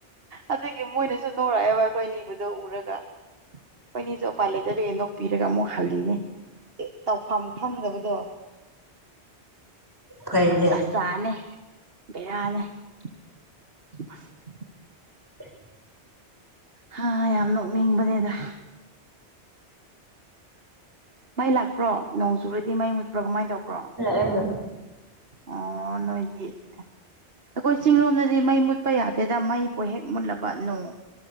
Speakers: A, on the right; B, on the right.
A: ꯑꯗꯨꯒꯤ ꯃꯣꯏꯅꯁꯨ ꯅꯣꯡꯔꯛꯑꯦꯕ ꯑꯩꯈꯣꯏ ꯅꯤꯗ ꯎꯔꯒ ꯃꯣꯏꯅꯤꯁꯨ ꯎꯄꯥꯏ ꯂꯩꯇꯕꯦ ꯅꯣꯛ ꯄꯤꯔꯒ ꯑꯃꯨꯛ ꯍꯜꯂꯤꯅꯦ ꯇꯧꯐꯝ ꯈꯪꯗꯕꯗꯣ
B: ꯐꯩꯅꯦ
A: ꯆꯥꯅꯦ ꯕꯦꯔꯥꯅꯦ <inaudible>
B: ꯍ
A: ꯍꯥ ꯌꯥꯝ ꯅꯣꯛꯅꯤꯡꯕꯅꯦꯗ ꯃꯩ ꯂꯥꯛꯄ꯭ꯔꯣ ꯅꯣꯡ ꯆꯨꯨꯔꯗꯤ ꯃꯩ ꯃꯨꯠꯄ꯭ꯔꯥ ꯀꯃꯥꯏꯅ ꯇꯧꯕ꯭ꯔꯣ
B: ꯑꯗꯨ
A: ꯑꯣ ꯅꯣꯏꯗꯤ ꯑꯩꯈꯣꯏ ꯆꯤꯂꯣꯝꯗꯗꯤ ꯃꯩ ꯃꯨꯠꯄ ꯌꯥꯗꯦ ꯑꯗꯨꯗ ꯃꯩꯄꯨ ꯍꯦꯛ ꯃꯨꯜꯂꯕ ꯅꯣꯡ